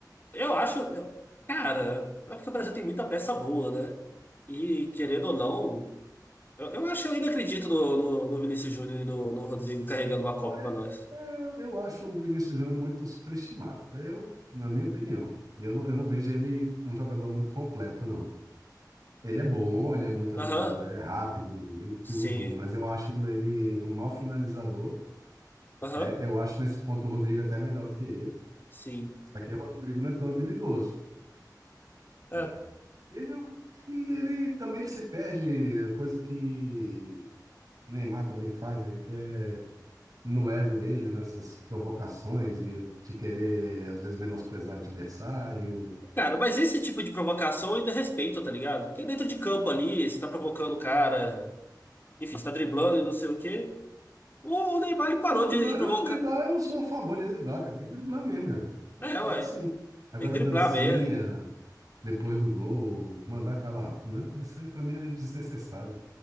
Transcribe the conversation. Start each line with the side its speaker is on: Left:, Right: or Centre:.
Left: Eu acho. eu- Cara, é porque o Brasil tem muita peça boa, né? E, querendo ou não, eu, eu acho, eu ainda acredito no, no, no Vinícius Júnior e no, no Rodrigo carregando uma Copa
Right: Eu, é,
Left: pra nós.
Right: é, eu acho o Vinícius Júnior muito superestimado, eu, na minha opinião. Eu não, eu não vejo ele um jogador muito completo, não. Ele é bom, ele é muito habilidoso,
Left: Aham,
Right: ele é rápido e
Left: sim.
Right: tudo, mas eu acho ele um mau finalizador,
Left: Aham,
Right: né? Eu acho nesse ponto o Rodrigo até melhor do que ele.
Left: sim.
Right: Só que o Rodrigo não é tão habilidoso,
Left: É,
Right: né? E ele, é um- e ele também ele se perde, coisa que Neymar também faz, né? Que é no ego dele, nessas provocações e de querer, às vezes, menosprezar o adversário.
Left: Cara, mas esse tipo de provocação eu ainda respeito, tá ligado? Porque dentro de campo ali, você tá provocando o cara, enfim, você tá driblando e não sei o quê. O Neymar ele parou
Right: Ah, driblar,
Left: de provocar.
Right: ah, driblar, eu sou a favor de driblar, cara. Tem que driblar mesmo. meu.
Left: É, ué,
Right: É assim. Agora,
Left: tem que driblar
Right: dancinha,
Left: mesmo.
Right: depois do gol, mandar calar. Não, isso aí pra mim é desnecessário.